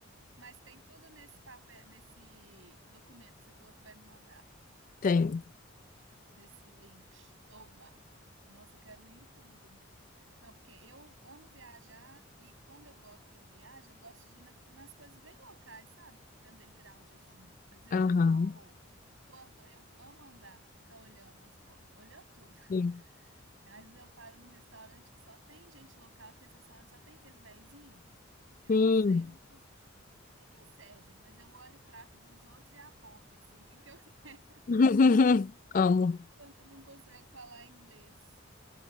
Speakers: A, on the right; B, on the left.
A: Mas tem tudo nesse papel, nesse documento que você falou que vai me mandar,
B: Tem.
A: nesse link. Oba! Nossa, eu quero ir em tudo. Não, porque eu amo viajar e quando eu, go- eu viajo, eu gosto de ir na- nas coisas bem locais, sabe? Underground, assim. Às vezes
B: Aham.
A: eu vou. Tô andando, eu amo andar, ficar olhando as coisas, olhando tudo. <laughs>
B: Sim.
A: Às vezes eu paro num restaurante que só tem gente local, que esse restaurante só tem aqueles vezinhos. Eu
B: Sim.
A: não sei, não, E que servem, mas eu olho o prato dos outros e aponto assim, o que que eu quero? <laughs>
B: <laughs> Amo.
A: tanto não consegue falar inglês.